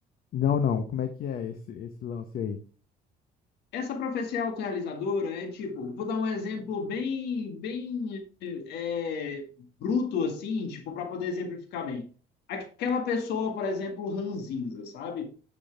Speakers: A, on the left; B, on the left.
A: Não, não. Como é que é esse, esse lance aí?
B: Essa profecia autorrealizadora é tipo, vou dar um exemplo bem, bem é, bruto, assim, tipo, para poder exemplificar bem. Aquela pessoa, por exemplo, ranzinza, sabe?